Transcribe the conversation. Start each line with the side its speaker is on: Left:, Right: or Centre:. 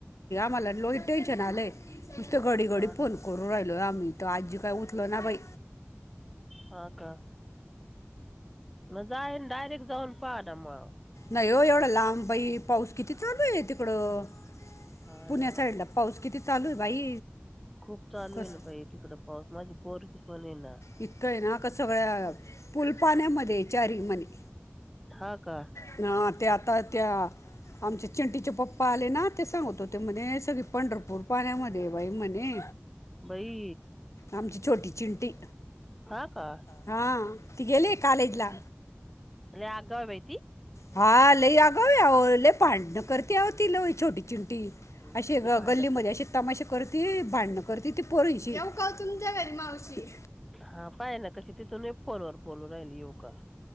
Left: मला लोय टेन्शन आलंय, नुस्तं घडी
Centre: हा
Left: घडी
Centre: ना
Left: फोन करू राहिलो आम्ही त आजी काय उच् लनाबई
Centre: हां का? म जाईन डयरेक्ट जाऊन पा ना म.
Left: नाही ओ एवढा लांब बाई पाऊस किती चालू आय तिकडं.
Centre: हा
Left: पुण्या
Centre: ना
Left: साईडला पाऊस किती चालूए बाई.
Centre: खूप चालूए
Left: कस
Centre: ना बाई तिकड पाऊस माझी पोरं ती पण ए ना.
Left: इतकंएना क सगळ्या पुलपाण्यामध्ये चारी मने.
Centre: हां का
Left: हं ते आता त्या. आमचे चिंटीचे पप्पा आले ना ते सांगत होते म्हणे, सगळी पंढरपूर पाण्यामध्ये बाई म्हणे.
Centre: बाई
Left: आमची छोटी चिंटी.
Centre: हा का
Left: हां ती गेलीये कालेज ला.
Centre: लै आगवै.
Left: हां लय आगवय औ लय भांड्नं करत्या आओ ती लय छोटी. चिंटी,
Centre: नुसती
Left: असे ग
Centre: भांडत
Left: गल्लीमध्ये असे तमाशे करती भांडण करती ती पोरीशी, येऊ तुमच्या घरी मावशी.
Centre: हा पाय ना कशी, तिथून फोनवर बोलू राहिल येऊ का.